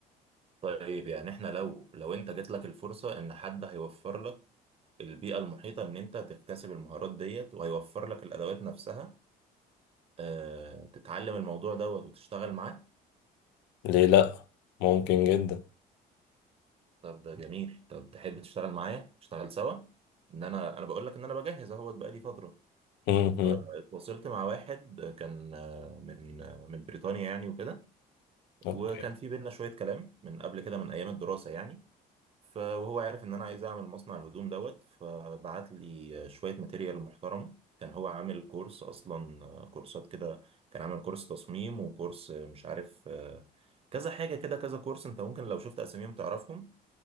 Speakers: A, on the right; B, on the left.
A: طيب يعني احنا لو لو انت جات لك الفرصة ان حد هيوفر لك البيئة المحيطة ان انت تكتسب المهارات ديت وهيوفر لك الادوات نفسها اه تتعلم الموضوع دوت وتشتغل معاه
B: ليه لا ممكن جدا
A: طب ده جميل طب تحب تشتغل معايا نشتغل سوا ان انا انا بقول لك ان انا بجهز اهوت بقالي فترة
B: امم
A: فاتواصلت مع واحد كان آه، من آه، من بريطانيا يعني وكده
B: اوكي
A: وكان في بينا شوية كلام من قبل كده من ايام الدراسة يعني ف- وهو عارف ان انا عايز اعمل مصنع الهدوم دوت فبعت لي شويه ماتيريال محترمه كان هو عامل كورس اصلا آه، كورسات كده كان عامل كورس تصميم وكورس آه، مش عارف آه، كذا حاجه كده كذا كورس انت ممكن لو شفت اساميهم تعرفهم